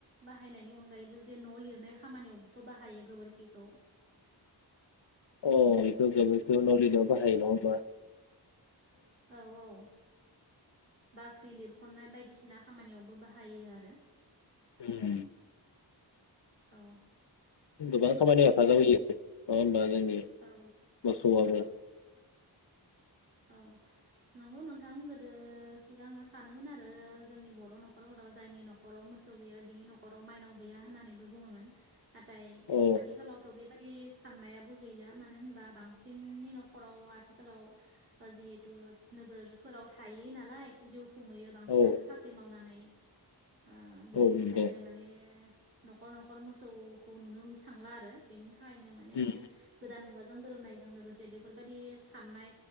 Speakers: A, on the right; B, on the left.
A: बाहायनायनि अनगायैबो जे न' लिरनाय खामानियावबोथ बाहायो गोबोरखिखौ
B: अ बेखौ गोबोरखिखौ नलिनायाव बाहायो नङा होमबा
A: औ औ बाख्रि लिरखननाय बायदिसिना खामानियावबो बाहायो आरो।
B: उम
A: औ
B: गोबां खामानिया हेफाजाब होयो नङा होमबा जोंनि
A: ओ
B: मोसौआबो
A: औ औ नंगौ नोंथां गोदो सिगाङो सानोमोन आरो जोंनि बर' न'खरफोराव जायनि न'खराव मोसौ गैया बिनि न'खराव माइनाव गैया होननानैबो बुङोमोन। नाथाय
B: औ
A: आथिखालावथ बेबादि साननायाबो गैला मानो होनबा बांसिननि न'खराव आथिखालाव जिहेतु नोगोरफोराव थायो नालाय जिउ खुंहैयो बांसिनानो
B: औ
A: साख्रि मावनानै इ ओ बेनि
B: औ नंगौ
A: थाखायनो माने न'खर न'खर मोसौखौ नुनो थांला आरो बेनि थाखायनो माने
B: उम
A: गोदान मुगा जों गोरोबनायजों लोगोसे बेफोरबायदि साननाय